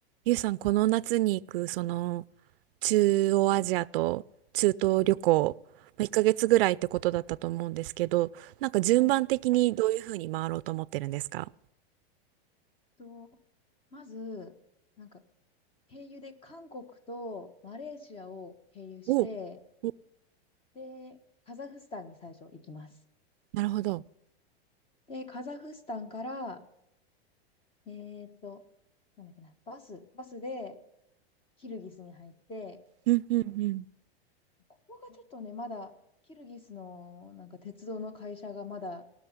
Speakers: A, on the right; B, on the left.
A: ゆうさん、この夏に行く、その、中央アジアと中東旅行、
B: うん
A: まあ、1ヶ月ぐらいってことだったと思うんですけど、なんか順番的にどういうふうに回ろうと思ってるんですか
B: はい。と、まず、なんか、経由で韓国とマレーシアを経由して、
A: おお、
B: で、カザフスタンに最初行きます。
A: なるほど。
B: で、カザフスタンから、えーっと、なんだっけな、バス、バスでキルギスに入って、
A: うんうん
B: ここがちょっとね、まだ、キルギスのなんか鉄道の会社がまだ